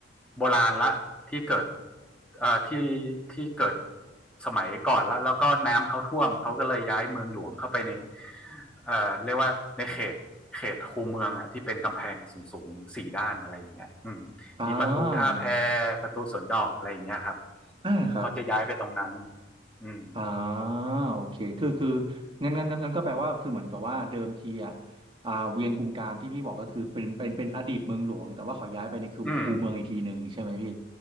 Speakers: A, in the centre; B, on the right (about 25°).
A: โบราณละที่เกิดอ่าที่ที่เกิดสมัยก่อนละแล้วก็น้ำเขาท่วมเขาก็เลยย้ายเมืองหลวงเข้าไปในเอ่อเรียกว่าในเขตเขตคูเมืองอ่ะที่เป็นกำแพงสูงๆสี่ด้านอะไรอย่างเงี้ยอืมมีประตูท่าแพ
B: อ่า
A: ประตูสวนดอกอะไรอย่างเงี้ยครับ
B: อ่าครับ
A: เขาจะย้ายไปตรงนั้นอืม
B: อ่าโอเคคือคืองั้นงั้นงั้นงั้นก็แปลว่าคือเหมือนกับว่าเดิมทีอ่ะอ่าเวียงกุมกามที่พี่บอกก็คือเป็นเป็นเป็นอดีตเมืองหลวงแต่ว่าเขาย้ายไปในคูคูเมืองอีกทีหนึ่งใช่ไหมพี่
A: อืม